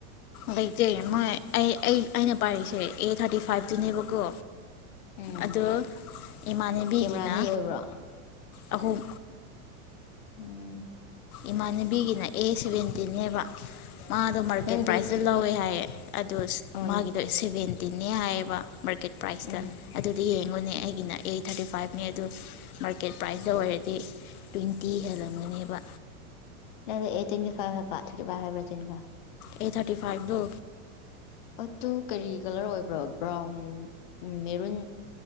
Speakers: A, on the left (about 80°); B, on the left (about 35°).
A: ꯂꯩꯇꯦ ꯃꯣꯏ ꯑꯩ ꯑꯩ ꯑꯩꯅ ꯄꯥꯏꯔꯤꯁꯦ ꯑꯦ ꯊꯥꯔꯇꯤ ꯐꯥꯏꯚꯇꯨꯅꯦꯕꯀꯣ
B: ꯎꯝ
A: ꯑꯗꯣ ꯏꯃꯥꯟꯕꯤꯒꯤꯅ
B: ꯀꯦꯃꯦꯔꯥ ꯑꯅꯤ ꯑꯣꯏꯕ꯭ꯔꯣ
A: ꯑꯍꯨꯝ
B: ꯎꯝ
A: ꯏꯃꯥꯟꯅꯕꯤꯒꯤꯅ ꯑꯦ ꯁꯚꯦꯟꯇꯤꯟꯅꯦꯕ ꯃꯥꯗꯣ ꯃꯥꯔꯀꯦꯠ
B: ꯅꯪꯒꯤꯗꯣ
A: ꯄ꯭ꯔꯥꯏꯖꯇ ꯂꯧꯋꯦ ꯍꯥꯏꯌꯦ ꯑꯗ
B: ꯎꯝ
A: ꯃꯥꯒꯤꯗꯣ ꯁꯦꯚꯦꯟꯇꯤ ꯅꯤ ꯍꯥꯏꯌꯦꯕ ꯃꯥꯔꯀꯦꯠ ꯄ꯭ꯔꯥꯏꯁꯇ
B: ꯎꯝ
A: ꯑꯗꯨꯗꯤ ꯅꯦ ꯑꯩꯒꯤꯅ ꯑꯦ ꯊꯥꯔꯇꯤ ꯐꯥꯏꯚꯅꯦ ꯑꯗꯨ ꯃꯥꯔꯀꯦꯠ ꯄ꯭ꯔꯥꯏꯖꯇ ꯑꯣꯏꯔꯗꯤ ꯇ꯭ꯋꯦꯟꯇꯤ ꯍꯦꯜꯂꯝꯟꯒꯅꯦꯕ
B: ꯑꯦ ꯇ꯭ꯋꯦꯟꯇꯤ ꯐꯥꯏꯚ ꯍꯥꯏꯕ ꯊꯔꯇꯤ ꯐꯥꯏꯞ ꯍꯥꯏꯕ꯭ꯔ ꯇ꯭ꯋꯦꯟꯤ ꯐꯥꯏꯚ
A: ꯑꯦ ꯊꯥꯔꯇꯤ ꯐꯥꯏꯚ ꯗꯣ
B: ꯑꯇꯣ ꯀꯔꯤ ꯀꯂꯔ ꯑꯣꯏꯕ꯭ꯔꯣ ꯕ꯭ꯔꯥꯎꯟ ꯎ ꯃꯔꯨꯝ